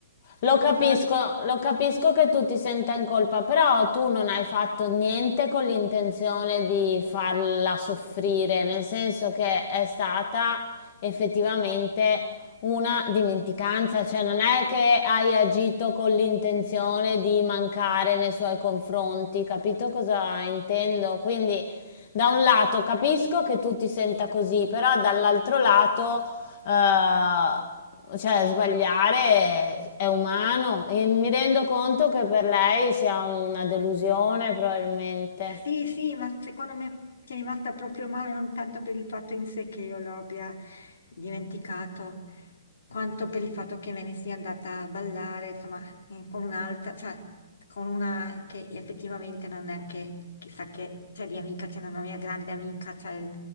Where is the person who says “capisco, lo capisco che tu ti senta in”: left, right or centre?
Left